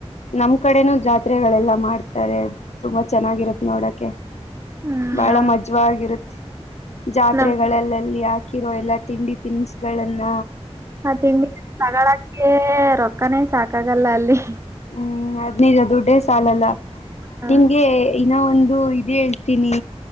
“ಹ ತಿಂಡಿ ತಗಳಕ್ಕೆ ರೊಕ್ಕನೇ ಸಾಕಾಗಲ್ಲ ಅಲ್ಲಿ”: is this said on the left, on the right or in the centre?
Right